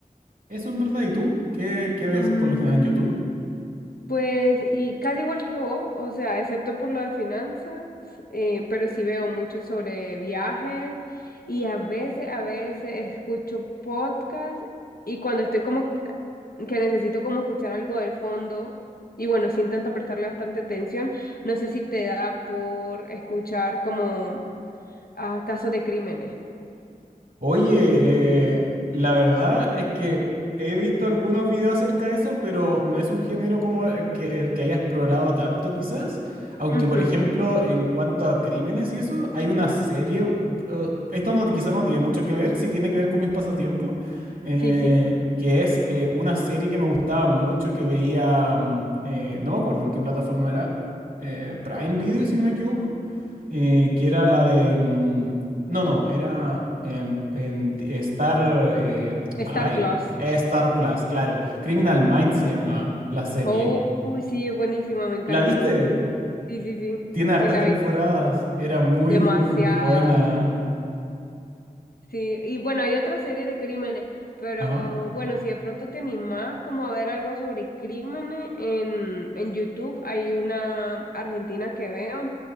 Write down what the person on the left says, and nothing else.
Mm,
pues, y casi igual que vos, o sea, excepto por lo de finanzas, eh, pero sí veo mucho sobre viajes y a veces, a veces escucho podcasts y cuando estoy como que necesito como escuchar algo del fondo. Y bueno, sí intento prestarle bastante atención. No sé si te da por escuchar como ah, casos de crímenes.
Ujú,
Sí, sí.
Star Plus.
Oh, uy, sí, es buenísima, me encanta.
Sí, sí, sí.
Sí, la
vi.
Demasiada.
Sí, y bueno, hay otra serie de crímenes, pero
bueno, si de pronto te animás como a ver algo sobre crímenes en, en YouTube, hay una argentina que veo